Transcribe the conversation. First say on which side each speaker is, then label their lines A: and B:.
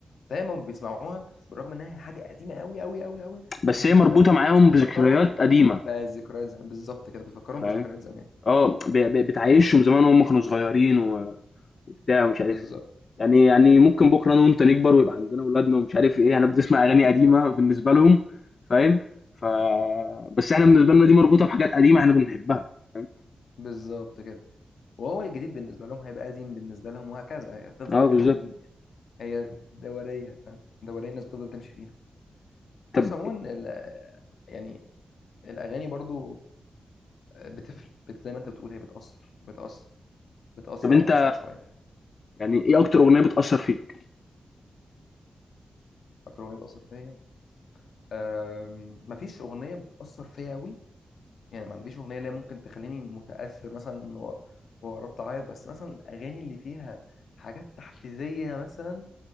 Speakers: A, on the left; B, on the left.
A: زي ما بيسمعوها بالرغم انها حاجه قديمه قوي قوي قوي قوي
B: بس
A: مش اللي
B: هي مربوطه
A: شغال دلوقتي
B: معاهم
A: بس هي بتفكرهم
B: بذكريات قديمه
A: بذكريات زمان بالظبط كده بتفكرهم
B: فاهم
A: بذكريات زمان
B: اه ب- ب- بتعيشهم زمان وهم كانوا صغيرين و- وبتاع ومش عارف
A: بالظبط
B: ايه يعني يعني ممكن بكره انا وانت نكبر ويبقى عندنا اولادنا ومش عارف ايه احنا بنسمع اغاني
A: بالظبط
B: قديمه بالنسبه لهم فاهم ف بس احنا بالنسبه لنا دي مربوطه بحاجات قديمه احنا بنحبها فاهم
A: بالظبط كده وهو الجديد بالنسبه لهم هيبقى قديم بالنسبه لهم وهكذا هتفضل
B: اه
A: كده
B: بالظبط
A: هي دورية فاهم دورية الناس بتفضل تمشي فيها
B: طب
A: بس عموما ال- يعني الأغاني برضو آه، بتفرق بت زي ما أنت بتقول هي بتأثر بتأثر بتأثر
B: طب انت
A: على مشاعر شوية
B: يعني ايه اكتر اغنيه بتاثر فيك
A: أكتر أغنية بتأثر فيا أم، مفيش أغنية بتأثر فيا أوي يعني ما عنديش أغنية اللي هي ممكن تخليني متأثر مثلا و- وقربت أعيط بس مثلا الأغاني اللي فيها حاجات تحفيزية مثلا